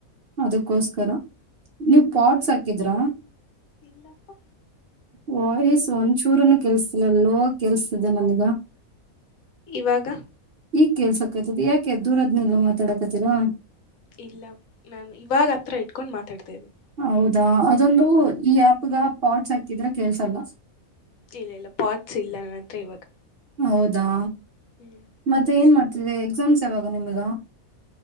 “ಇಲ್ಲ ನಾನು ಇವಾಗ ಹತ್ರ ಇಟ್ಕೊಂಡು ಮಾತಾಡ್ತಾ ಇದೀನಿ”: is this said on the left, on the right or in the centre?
Left